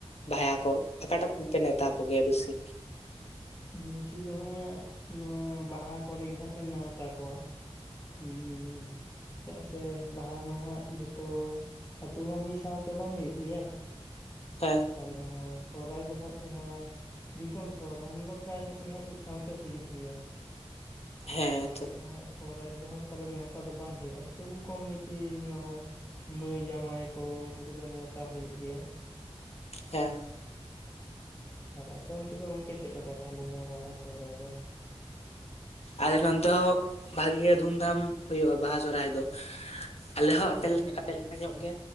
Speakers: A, on the left; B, on the left.
A: ᱵᱷᱟᱭᱟ ᱠᱚ ᱚᱠᱟᱴᱟᱜ ᱯᱮ ᱱᱮᱣᱛᱟ ᱠᱚ ᱜᱮᱭᱟ ᱵᱮᱥᱤ
B: ᱵᱮᱥᱤ ᱫᱚ ᱦᱟᱸᱜ ᱱᱚᱣᱟ ᱵᱟᱦᱟ ᱠᱚᱨᱮᱜᱮ ᱦᱟᱸᱜ ᱞᱮ ᱱᱮᱣᱛᱟ ᱠᱚᱣᱟ ᱦᱩᱸ ᱪᱮᱫᱟᱜ ᱥᱮ ᱵᱟᱦᱟ ᱢᱟᱦᱟᱜ ᱡᱚᱛᱚ ᱟᱛᱳ ᱢᱟ ᱢᱤᱫ ᱥᱟᱶᱛᱮ ᱵᱟᱝ ᱦᱩᱭᱩᱜ ᱜᱮᱭᱟ
A: ᱦᱮᱸ
B: ᱟᱨ ᱱᱚᱣᱟ ᱥᱚᱦᱦᱟᱭ ᱫᱚ ᱦᱟᱸᱜ ᱡᱟᱦᱟᱸ ᱫᱤᱥᱚᱢ ᱥᱚᱦᱨᱟᱭ ᱚᱱᱟ ᱫᱚ ᱯᱨᱟᱭ ᱧᱚᱜ ᱜᱮ ᱦᱟᱸᱜ ᱢᱤᱫ ᱥᱟᱶᱛᱮ ᱦᱩᱭᱩᱜ ᱜᱮᱭᱟ
A: ᱦᱮᱸ
B: ᱱᱚᱛᱮ
A: ᱛᱚ
B: ᱦᱟᱜ ᱥᱚᱦᱚᱨᱟᱭ ᱨᱮᱫᱚ ᱚᱱᱠᱟ ᱫᱚ ᱱᱮᱶᱛᱟ ᱫᱚ ᱵᱟᱝ ᱦᱩᱭᱩᱜᱼᱟ ᱛᱚᱵᱩ ᱠᱚᱢ ᱵᱮᱥᱤ ᱱᱚᱣᱟᱼᱼ ᱢᱟᱹᱭ ᱡᱟᱶᱟᱭ ᱠᱚ ᱩᱱᱠᱩ ᱠᱚᱫᱚ ᱱᱮᱣᱛᱟ ᱦᱩᱭᱩᱜ ᱜᱮᱭᱟ
A: ᱦᱮᱸ
B: ᱟᱨ ᱟᱯᱮ ᱚᱱᱛᱮ ᱫᱚ ᱜᱚᱝᱠᱮ ᱪᱮᱫᱞᱮᱠᱟ ᱛᱟᱦᱮ ᱱᱚᱣᱟ ᱵᱟᱦᱟ ᱥᱚᱦᱨᱟᱭ ᱫᱚ
A: ᱟᱞᱮ ᱚᱱᱛᱮ ᱦᱚᱸ ᱵᱷᱟᱜᱮ ᱜᱮ ᱫᱷᱩᱢᱫᱷᱟᱢ ᱦᱩᱭᱩᱜᱼᱟ ᱵᱟᱦᱟ ᱥᱚᱨᱦᱟᱭ ᱫᱚ ᱟᱞᱮ ᱦᱚᱸ
B: ᱦᱮᱸ
A: ᱟᱯᱮ ᱞᱮᱠᱟ ᱧᱚᱜ ᱜᱮ